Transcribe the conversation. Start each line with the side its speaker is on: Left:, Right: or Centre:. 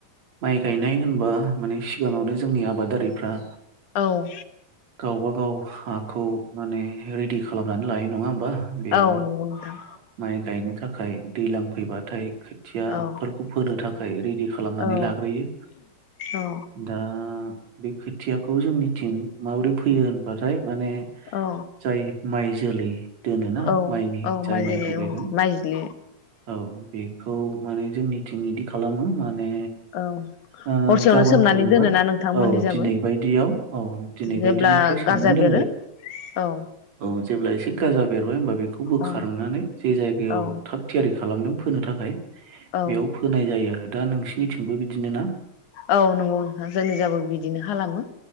Right: माइ गायनाय होनबा माने सिगाङावनो जोंनि आबादारिफ्रा
Left: औ
Right: गावबा गाव हाखौ माने रेडि खालामनानै लायो नङा होमबा। बेयाव
Left: औ नंगौ नोंथां
Right: माइ गायनो थाखाय दैज्लां फैबाथाय। खोथियाफोरखौ
Left: औ
Right: फोनो थाखाय <unintelligible> रिदि खालामनानै
Left: औ
Right: लाग्रोयो
Left: औ
Right: दा। बे खोथियाखौ जोंनि थिं। माबोरै फैयो होनबाथाय माने
Left: औ
Right: जाय माइ जोलै दोनोना
Left: औ
Right: माइनि
Left: औ
Right: जाय
Left: माइजलि
Right: माइखौ गायगोन
Left: ओं माइज्लि
Right: औ बे खौ माने जोंनिथिं इदि खालामो माने
Left: औ
Right: ओ
Left: हरसेयावनो
Right: गाबोन
Left: सोमनानै
Right: फोगोनबा
Left: दोनोना नोंथांमोननि
Right: औ
Left: जाबो
Right: दिनै बायदियाव औ दिनै
Left: जेब्ला
Right: बादिनिफ्राय सोमनानै
Left: गारजा
Right: दोनबाय
Left: बेरो औ
Right: औ जेब्लाय एसे गाजा बेेरबाय बे बेखौ बोखारनानै
Left: औ
Right: जे जायायाव
Left: औ
Right: थाग थियारि खालामदों फोनो थाखाय
Left: औ
Right: बेयाव फोनाय जायो आरो दा नोंसिोरनिथिंबो बिदिनो ना
Left: औ नंगौ नोंथां जोंनि जाबो बिदिनो खालामो